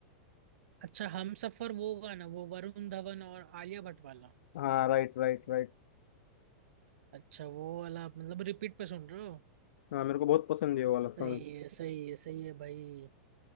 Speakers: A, on the right; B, on the left.
A: अच्छा हम सफर वो गाना वो वरुण धवन और आलिया भट्ट वाला
B: हाँ राइट राइट राइट
A: अच्छा वो वाला आप मतलब रिपीट पे सुन रहे हो
B: हाँ मेरे को बहुत पसंद है वो वाला
A: सही
B: सॉन्ग
A: है सही है सही है भाई